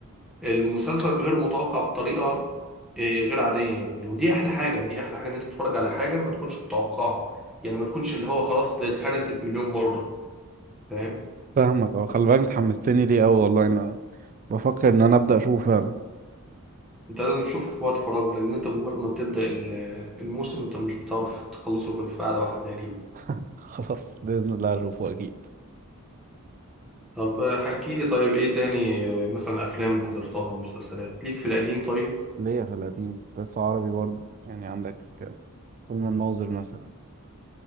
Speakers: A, in the centre; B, on the right.
A: المسلسل غير متوقع بطريقة آه، غير عادية يعني ودي احلى حاجة دي احلى حاجة ان انت تتفرج على حاجة ما تكونش متوقعة يعني ما تكونش اللي هو خلاص ده اتهرست مليون مرة فاهم
B: فاهمك اه خلي بالك انت حمستني ليه قوي والله انا بفكر ان انا ابدا اشوفه فعلا
A: انت لازم تشوفه في وقت فراغ لان انت مجرد ما بتبدأ ال- الموسم انت مش بتعرف تخلصه غير في قعدة واحدة تقريبا
B: <laughs> خلاص باذن الله اشوفه اكيد
A: طب حكي لي طيب ايه تاني اه، مثلا افلام حضرتها ومسلسلات ليك في القديم طيب
B: ليا في القديم بس عربي برضه يعني عندك فيلم الناظر مثلا